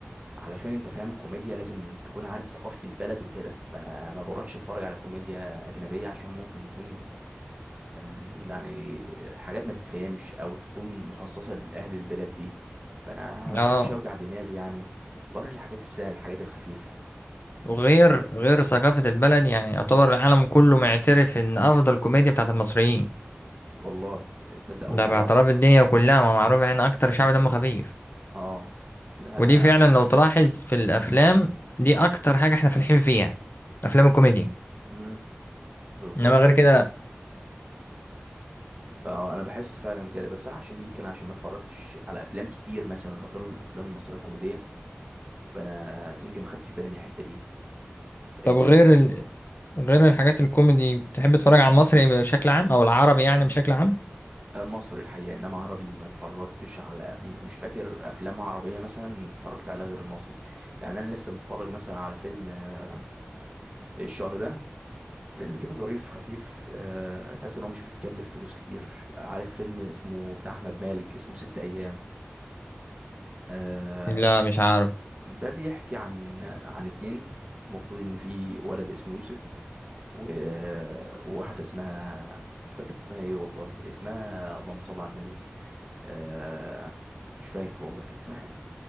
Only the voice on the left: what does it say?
اه
وغير غير ثقافة البلد يعني يعتبر العالم كله معترف ان افضل كوميديا بتاعت المصريين
ده
باعتراف
الدنيا كلها ما معروف احنا اكتر شعب دم خفيف
ودي فعلا لو تلاحظ في الافلام
دي اكتر حاجه احنا فالحين فيها افلام الكوميديا
انما غير كده لا
طب
غير ال... غير الحاجات الكوميدي بتحب تتفرج على المصري بشكل عام او العربي يعني بشكل عام
لا مش عارف